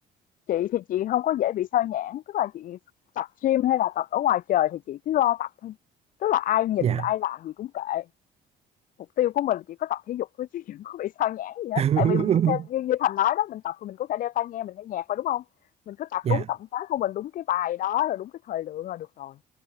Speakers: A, on the left; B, on the right.
A: chị thì chị không có dễ bị sao nhãng tức là chị tập gym hay là tập ở ngoài trời thì chị cứ lo tập thôi tức là ai nhìn
B: dạ
A: ai làm gì cũng kệ mục tiêu của mình chỉ có tập thể dục thôi chứ <laughs> đừng có bị sao nhãng gì hết
B: <laughs>
A: tại vì mình cũng đeo như, như Thành nói đó mình tập thì mình cũng sẽ đeo tai nghe mình nghe nhạc vào đúng không mình cứ tập
B: dạ
A: đúng động tác của mình đúng cái bài đó rồi đúng cái thời lượng là được rồi